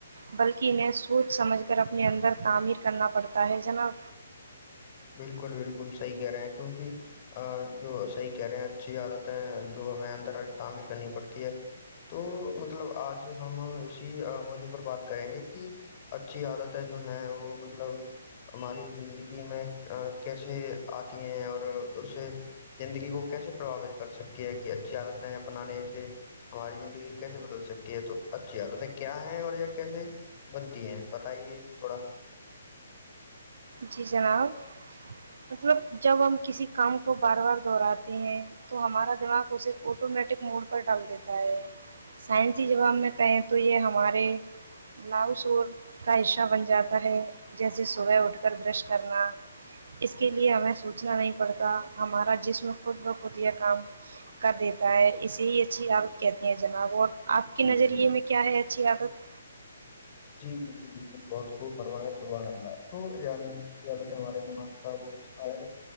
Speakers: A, on the right; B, on the left.
A: بلکہ انہیں سوچ سمجھ کر اپنے اندر تعمیر کرنا پڑتا ہے جناب
B: بلکل بلکل صحیح کہہ رہے ہیں کیونکہ جو صحیح کہہ رہے ہیں اچھی عادتیں جو ہمیں اندر تعمیر کرنی پڑتی ہے تو مطلب آج ہم اسی موجع پر بات کریں گے کہ اچھی عادتیں جو ہیں وہ مطلب ہماری زندگی میں ا کیسے آتی ہیں اور اسے زندگی کو کیسے پرباوت کر سکتی ہے کہ اچھی عادتیں اپنانے سے ہماری زندگی کیسے بدل سکتی ہے تو اچھی عادتیں کیا ہیں اور کیسے بنتی ہیں بتائیے تھوڑا
A: جی جناب مطلب جب ہم کسی کام کو بار بار دہراتے ہیں تو ہمارا دماغ اسے آٹومیٹک موڈ پر ڈال دیتا ہے سائنسی جوباب میں کہیں تو یہ ہمارے لاؤ سور کا حصہ بن جاتا ہے جیسے صبح اٹھ پر برش کرنا اس کے لیے ہمیں سوچنا نہیں پڑتا ہمارا جسم خود بخود یہ کام کر دیتا ہے اسے ہی اچھی عادت کہتی ہیں جناب اور آپ کے
B: جی
A: نظریے
B: جی جی
A: میں کیا ہے اچھی عادت
B: جی بلکل بلکل بہت خوب فرمائیں سبحان اللہ تو یعنی اچھی عادت ہے ہمارے دماغ کا وہ رستہ ہے